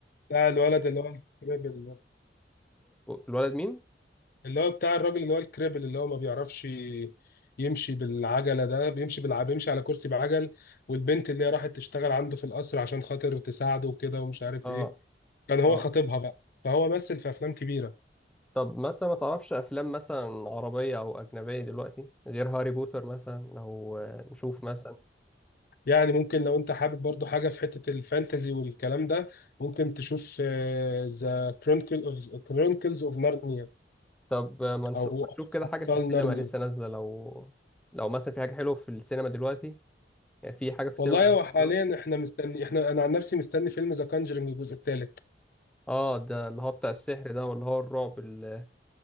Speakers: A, on the left; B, in the centre.
A: بتاع الولد اللي هو الكريبل
B: الولد مين
A: اللي هو بتاع الراجل اللي هو الكريبل اللي هو ما بيعرفش يمشي بالعجلة ده بيمشي بالع... بيمشي على كرسي بعجل والبنت اللي هي راحت تشتغل عنده في القصر عشان خاطر تساعده وكده ومش عارف
B: اه
A: ايه كان هو
B: اه
A: خطيبها بقى فهو مثل في افلام كبيرة
B: طب مثلا ما تعرفش افلام مثلا عربية او اجنبية دلوقتي غير هاري بوتر مثلا لو آه، نشوف مثلا
A: يعني ممكن لو انت حابب برضو حاجة في حتة الفانتزي والكلام ده ممكن تشوف ذا كرونيكلز اوف نارنيا
B: طب آه، ما نشوف
A: او
B: ما نشوف كده
A: ابطال
B: حاجة في السينما
A: نارنيا
B: لسه نازلة لو لو مثلا في حاجة حلوة في السينما دلوقتي يعني في حاجة في السينما
A: والله
B: دلوقتي
A: هو حاليا
B: دلوقتي.
A: احنا مستني احنا انا عن نفسي مستني فيلم ذا كانجرينج الجزء الثالث
B: اه ده اللي هو بتاع السحر ده واللي هو الرعب ال-